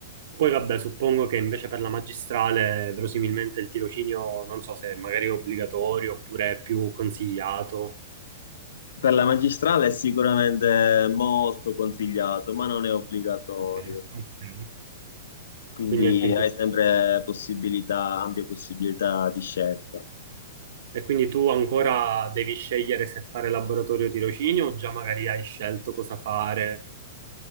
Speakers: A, on the right; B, on the left.
A: Poi vabbè, suppongo che invece per la magistrale verosimilmente il tirocinio non so se magari è obbligatorio oppure è più consigliato.
B: per la magistrale è sicuramente molto consigliato, ma non è obbligatorio,
A: Ok. Ok.
B: quindi
A: Quindi anche in
B: hai
A: questo
B: sempre
A: caso.
B: possibilità, ampie possibilità di scelta.
A: E quindi tu ancora devi scegliere se fare laboratorio o tirocinio o già magari hai scelto cosa fare?